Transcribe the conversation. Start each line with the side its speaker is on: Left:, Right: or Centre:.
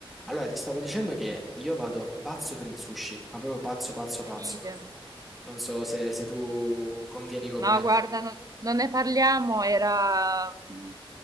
Centre: Allora, ti stavo dicendo che io vado pazzo per il sushi, ma proprio pazzo, pazzo,
Right: Ma
Centre: pazzo.
Right: idem.
Centre: Non so se, se tu convieni con
Right: No,
Centre: me.
Right: guarda, non, non ne parliamo, era... mm,